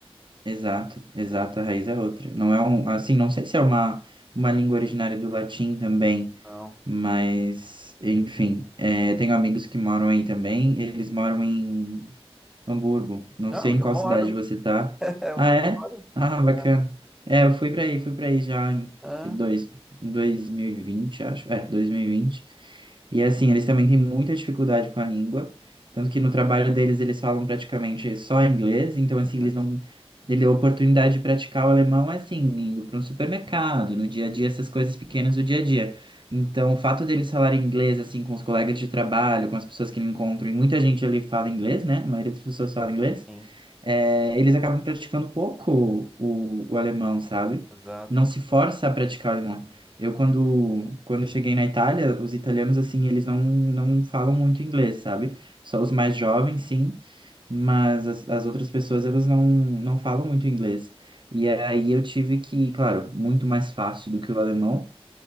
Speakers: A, on the right (about 50°); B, in the centre.
A: exato, exato, a raiz é outra. Não é um, assim, não sei se é uma, uma língua originária do latim também.
B: Não.
A: Mas, enfim, é, tenho amigos que moram aí também. Eles moram em Hamburgo. Não
B: Ah,
A: sei
B: onde
A: em qual
B: eu moro.
A: cidade você tá.
B: <laughs> É onde
A: Ah, é?
B: eu moro.
A: Ah, bacana.
B: Ah,
A: É, eu fui pra aí, fui pra aí já em
B: ah.
A: foi dois, 2020, acho. É, 2020. E vinte. E assim, eles também têm muita dificuldade com a língua. Tanto que no trabalho deles eles falam praticamente só inglês. Então, assim,
B: Inglês.
A: eles não. Ele, a oportunidade de praticar o alemão é assim, indo para um supermercado, no dia a dia, essas coisas pequenas do dia a dia. Então, o fato deles falarem inglês, assim, com os colegas de trabalho, com as pessoas que me encontram, e muita gente ali fala inglês, né? A maioria das pessoas fala inglês,
B: Sim,
A: é, eles acabam praticando pouco o, o alemão, sabe?
B: exato.
A: Não se força a praticar o alemão. Eu, quando, quando cheguei na Itália, os italianos, assim, eles não, não falam muito inglês, sabe? Só os mais jovens, sim, mas as, as outras pessoas, elas não, não falam muito inglês. E aí eu tive que, claro, muito mais fácil do que o alemão,